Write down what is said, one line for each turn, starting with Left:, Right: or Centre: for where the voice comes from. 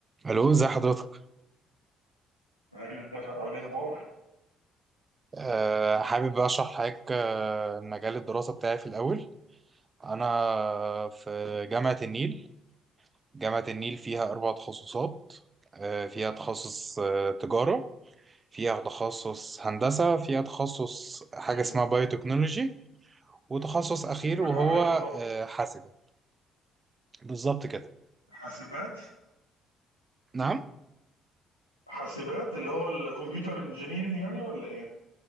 Right: الو ازي حضرتك
Left: عايز اقول ايه اخبارك
Right: أه حابب بقى اشرح لحضرتك آه، مجال الدراسه بتاعي في الاول انا في جامعه النيل جامعه النيل فيها اربع تخصصات أه فيها تخصص أه تجاره فيها تخصص هندسه فيها تخصص حاجه
Left: مم.
Right: اسمها بايوتكنولوجي وتخصص اخير
Left: إيه،
Right: وهو
Left: لا عارفها طبعا
Right: أه حاسبه بالظبط كده
Left: حاسبات
Right: نعم
Left: حاسبات اللي هو الكمبيوتر انجينيرنج يعني ولا ايه